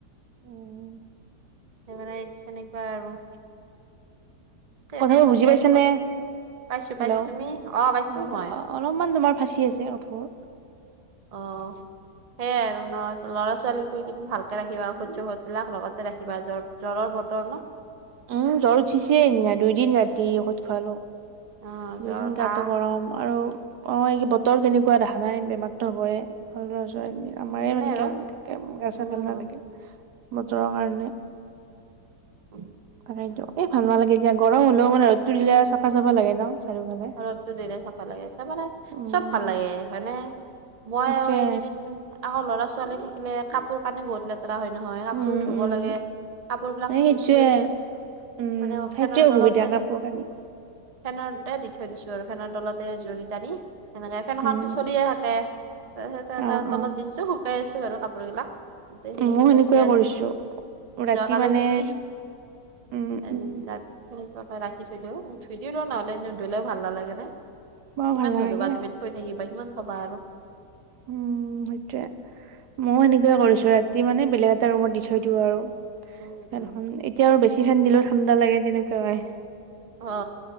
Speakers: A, on the right; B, on the right.
A: উম,
B: সেই মানে তেনেকুৱা আৰু কেনে
A: কথাবোৰ
B: কতিয়া
A: বুজি পাইছ
B: ক'ত
A: নে?
B: পাইছো
A: হেল্ল'
B: পাইছো
A: অ
B: তুমি পাইছো
A: অলপমান
B: মই
A: তোমাৰ ফাঁচি আছে কথাবোৰ।
B: অহ। সেয়াই আৰু নহয় ল'ৰা ছোৱালীক কৈ কিনি ভালকে ৰাখিবা সূৰ্যসধবিলাক লগতে ৰাখিবা যৰ জৰৰ বতৰ ন
A: উম জ্বৰ উঠিছে এদিনা দুইদিন ৰাতি ঔষধ খোৱালো।
B: অ
A: দুইদিন
B: জ্বৰ
A: গাতো
B: কাহ
A: গৰম আৰু অঁ এই বতৰ যেনেকুৱা দেখা নাই বেমাৰটো হ'বই, ল'ৰা ছোৱালী আমাৰেই
B: তেনে
A: <unintelligible>
B: আৰু
A: গা
B: উম
A: চা ভাল নালাগে বটৰৰ কাৰণে।
B: <unintelligible>
A: তাকটো এই ভাল নালাগে দিয়া গৰম হ'লেও মানে ৰদটো দিলে চফা চাফা লাগে ন চাৰিওফালে।
B: ৰদটো দিলে চফা লাগে, তাৰমানে
A: উম,
B: চব ভাল লাগে হয়নে, মই
A: সেইটোৱে
B: আৰু এই কিদিন আকৌ ল'ৰা ছোৱালী থাকিলে কাপোৰ কানি বহুত লে ত্ৰাৰা হয় নহয়, কাপোৰ
A: উম
B: ধুব
A: উম
B: লাগে কাপোৰ বিলাক
A: এই সেইটোৱে
B: ধুইছো যদি
A: উম
B: মানে অ
A: সেইটোৱে
B: ফেনৰ
A: অসুবিধা
B: তলতে
A: কাপোৰ
B: ধা
A: কানি
B: ফেনৰতে দি থৈ দিছো আৰু ফেনৰ তলতে জুৰী টানি। সেনেকে ফেনখনতো
A: উম
B: চলিয়ে থাকে তাৰপিছতে
A: অ
B: তাৰ
A: অ
B: তলত দি দিছো শুকাই আছো বাৰু কাপোৰবিলাক। গোটেই খিনি
A: ময়ো সেনেকুৱাই
B: আজি,
A: কৰিছো ৰাতি
B: যোৱাকালি
A: মানে
B: খিনি
A: উম
B: এনেক
A: উম
B: নিজকে ৰাখি থইদিও। ধুই দিওঁ ৰ নহ'লে নুধলেও ভাল নালাগে নে কিমান
A: বৰ ভাল নালাগে
B: নুধুবা তুমি থৈ থাকিবা কিমান থবা আৰু
A: উম সেইটোয়ে মৌ এনেকে কৰিছো ৰাতি মানে বেলেগ এটা ৰুমত দি থৈ দিওঁ আৰু। ফেন
B: উম,
A: খন এতিয়া আৰু বেছি ফেন দিলেও ঠাণ্ডা লাগে তেনেকই।
B: অ